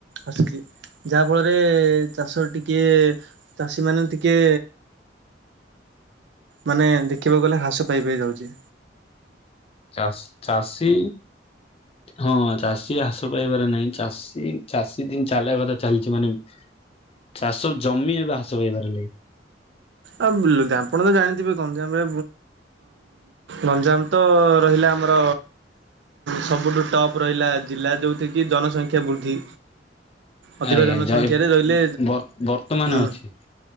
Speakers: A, on the right; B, on the left.
A: ଆସଛି। ଯାହା ଫଳରେ ଚାଷ ଟିକେ ଚାଷୀ ମାନେ ଟିକେ ମାନେ ଦେଖିବାକୁ ଗଲେ ଘ୍ରାସ ପାଇବା ଯାଉଛି।
B: ଚାଷୀ ହଁ ଚାଷୀ ହ୍ରାସ ପାଇବାରେ ନାହିଁ ଚାଷୀ ଚାଷୀ ଚାଷୀ ଦିନ ଚାଲିବା କଥା ଚାଲିଛି ମାନେ ଚାଷ ଜମି ଏବେ ହାସ ପାଇବାର ଲାଗି
A: ଆଉ ଆପଣ ତ ଜାଣିଥିବେ କହନ୍ତ। ରେ ଗଞ୍ଜାମ ତ ରହିଲା ଆମର ସବୁଠୁ ଟପ୍ ରହିଲା ଜିଲ୍ଲା ଯେଉଁଠ କିି ଜନସଂଖ୍ୟା ବୃଦ୍ଧି ଅଧିକ
B: ଆଜ୍ଞା
A: ଜନସଂଖ୍ୟାରେ
B: ଜ
A: ରହିଲେ
B: ବ ବର୍ତ୍ତମାନ
A: ହୁଁ
B: ଅଛି